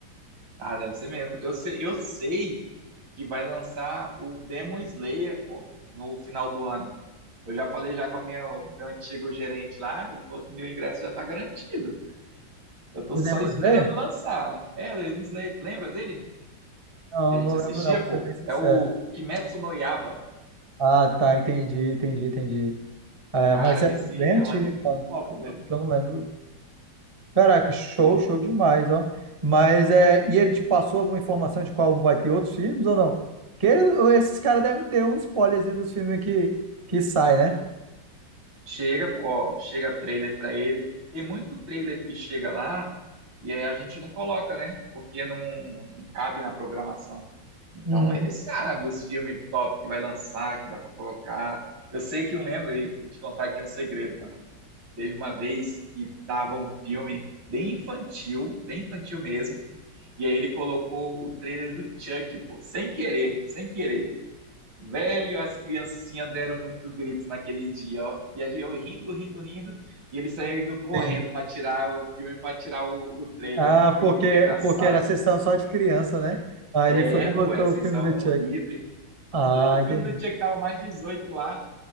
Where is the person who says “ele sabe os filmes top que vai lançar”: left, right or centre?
Right